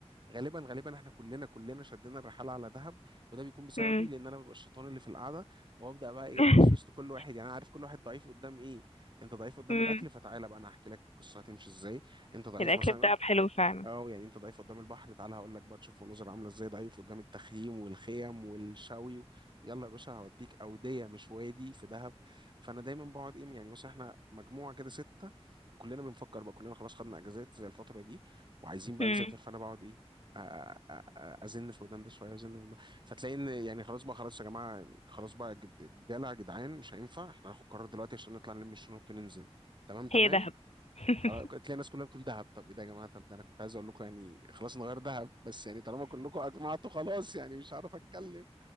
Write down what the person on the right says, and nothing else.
غالبا غالبا احنا كلنا كلنا شدينا الرحاله على دهب وده بيكون بسببي
لان انا ببقى الشيطان اللي في القعده وابدا بقى ايه
اوسوس لكل واحد يعني انا عارف كل واحد ضعيف قدام ايه انت ضعيف قدام
الاكل فتعالى بقى انا هحكي لك القصه هتمشي ازاي انت ضعيف
مثلا
اه يعني انت ضعيف قدام البحر تعالى هقول لك بقى تشوف مناظر عامله ازاي ضعيف قدام التخييم والخيم والشوي و... يلا يا باشا هوديك اوديه مش وادي في دهب فانا دايما بقعد ايه يعني مثلا احنا مجموعه كده سته وكلنا بنفكر بقى كلنا خلاص خدنا اجازات زي الفتره دي وعايزين بقى
نسافر فانا بقعد ايه أ- أ- أ- ازن في ودان ده شويه وازن في ودان ده. فتلاقي ان يعني خلاص بقى خلاص يا جماعه خلاص بقى جد- رجاله يا جدعان مش هينفع احنا هناخد قرار دلوقتي عشان نطلع نلم الشنط وننزل تمام تمام
خلاص تلاقي الناس كلها بتقول دهب طب ايه ده يا جماعه طب ده انا كنت عايز اقول لكم يعني خلاص نغير دهب بس يعني طالما كلكم اجمعتوا خلاص يعني مش عارف اتكلم